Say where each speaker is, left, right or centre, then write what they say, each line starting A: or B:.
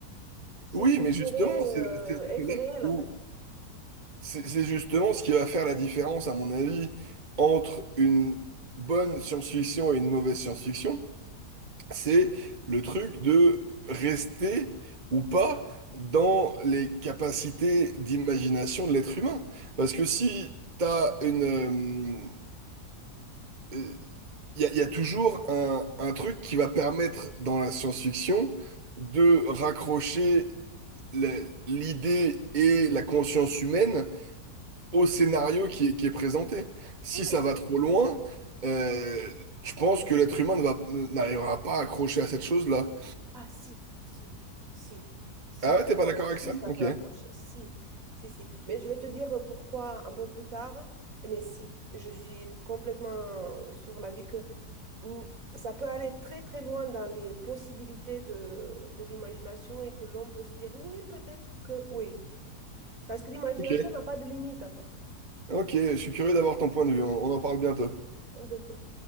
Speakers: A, on the right (about 55°); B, on the right (about 30°).
A: C'est
B: Oui,
A: Ce qui
B: mais justement,
A: pourrait
B: c'est
A: euh,
B: c'est-
A: être
B: c'est là
A: réel,
B: où...
A: en fait.
B: C'est c'est justement ce qui va faire la différence, à mon avis, entre une bonne science-fiction et une mauvaise science-fiction. c'est le truc de rester ou pas dans les capacités d'imagination de l'être humain. Parce que si t'as une... Il y a, y a toujours un, un truc qui va permettre dans la science-fiction de raccrocher la- l'idée et la conscience humaine au scénario qui est, qui est présenté. Si
A: Ouais.
B: ça va trop loin, euh, je pense que l'être humain ne va- n'arrivera pas à accrocher à cette chose-là.
A: Ah, si, si, si, si,
B: Ah
A: pour
B: ouais, t'es pas
A: moi,
B: d'accord
A: si,
B: avec ça?
A: ça
B: Ok,
A: peut approcher, si, si, si. Mais je vais te dire pourquoi un peu plus tard, mais si, je suis complètement sur l'avis que n- ça peut aller très très loin dans les possibilités de, de l'imagination et que l'on peut se dire oui, peut-être que oui. Parce que l'imagination
B: ok,
A: n'a pas de limite en fait.
B: ok, je suis curieux d'avoir ton point de vue, on on en parle bientôt.
A: Un peu.